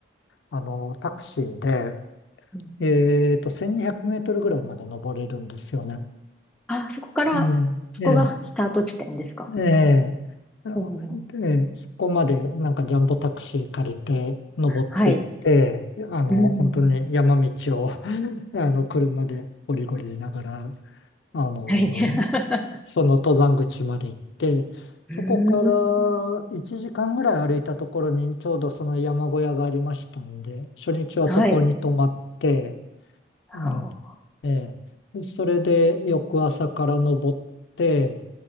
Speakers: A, on the left; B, in the centre.
A: あの、タクシーで、
B: うん
A: えっと、1200メートルぐらいまで登れるんですよね。
B: あ、そこから、
A: ね、
B: そこがスタート地点ですか
A: ねええ、
B: おおー
A: で、そこまでなんかジャンボタクシー借りて登っていって、
B: はい。
A: あの、
B: うん。
A: 本当に山道を <laughs> あの、車でゴリゴリ言いながら、あの、
B: はい。<laughs>
A: その登山口まで行って、
B: うーん。
A: そこから1時間ぐらい歩いたところにちょうどその山小屋がありましたんで、初日はそこに泊まって、
B: はい。
A: うん、
B: はあ。
A: ええ、それで翌朝から登って、